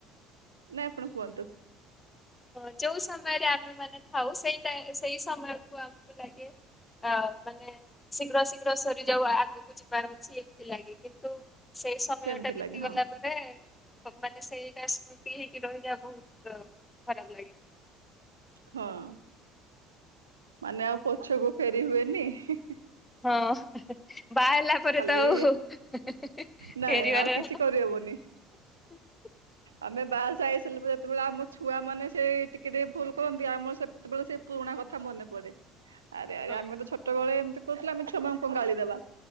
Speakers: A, on the right; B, on the left.
A: ନା ଆପଣ କୁହନ୍ତୁ।
B: ହଁ ଯୋଉ ସମୟରେ ଆମେ ମାନେ ଥାଉ ସେଇ ଟା ସେଇ ସମୟକୁ ଆମକୁ ଲାଗେ ଅ ମାନେ ଶୀଘ୍ର ଶୀଘ୍ର ସରିଯାଉ ଆଗକୁ ଯିବାର ଅଛି ଏମିତି ଲାଗେ କିନ୍ତୁ ସେଇ ସମୟ
A: ସେମିତି
B: ଟା ବିତିଗଲା
A: ଲାଗେ ହଁ
B: ଗଲା ପ ରେ କମ୍ପାନୀ ରେ ସେଇଟା ସ୍ମୃତି ହେଇକି ରହିଯାଏ ବୋହୁତ୍ ଖ-ଖରାପ୍ ଲାଗେ।
A: ହଁ। ମାନେ ଆଉ ପଛକୁ ଫେରି ହୁଏନି ହି- ହି।
B: ହଁ। ବାହା ହେଲା ପରେ
A: ଖାଲି
B: ତ ଆଉ <unintelligible>
A: ନାଇଁ
B: ଫେରିବାର।
A: ଆଉ କିଛି କରିହବନି
B: <inaudible>
A: ଆମେ ବାହାଶାହା ହେଇସାର୍ଲା ଯେତେବେଳେ ଆମ ଛୁଆ ମାନେ ସେ ଟିକେ ଟିକେ ଭୁଲ୍ କରନ୍ତି ଆମର ସେତ୍ ବେଳେ ସେ ପୁରୁଣା କଥା ମନେ ପଡେ।
B: <inaudible>
A: ଆରେ ଆରେ ଆମେ
B: ହଁ
A: ତ ଛୋଟ ବେଳେ ଏମିତି କୁରୁଥିଲେ ଆମେ ଛୁଆଙ୍କୁ ମାନଙ୍କୁ କଣ ଗାଳି ଦେବା।